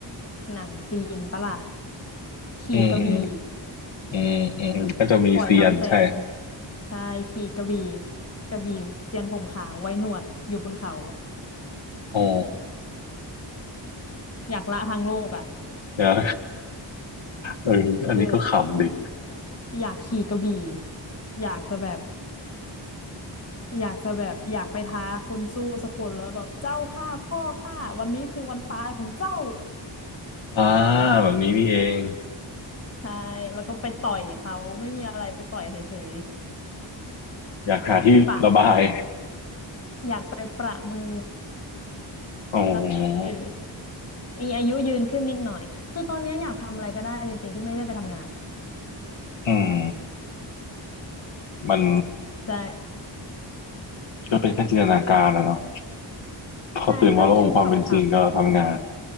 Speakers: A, on the left; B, on the left.
A: หนังจีนปะล่ะขี่กระบี่
B: อืมอืมอืมอืมก็จะมีเซียนใช่
A: ปล่อยลำแสงใช่ขี่กระบี่กระบี่เซียนผมขาวไว้หนวดอยู่บนเขา
B: อ๋อ
A: อยากละทางโลกอ่ะ
B: <laughs> เดี๋ยวเอออันนี้ก็ขำดิ
A: คืออยากขี่กระบี่อยากจะแบบ อยากจะแบบอยากไปท้าคนสู้สักคนแล้วแบบเจ้าฆ่าพ่อข้าวันนี้คือวันตายของเจ้า
B: อ่าแบบนี้นี่เอง
A: ใช่แล้วก็ไปต่อยเขาไม่มีอะไรไปต่อยเฉย
B: อยากหาที่ระบาย
A: ๆปะเขาอยากไปประมือ
B: อ๋อ
A: แล้วเออมีอายุยืนขึ้นนิดหน่อยคือตอนนี้อยากทำอะไรก็ได้จริงๆที่ไม่ได้ไปทำงานอะ
B: อืมมัน
A: ใช่
B: ก็เป็นแค่จินตนาการนะเนาะพอตื่นมาแล้งคความเป็นจริงก็ทำงาน
A: ใช่ก็คิดขำ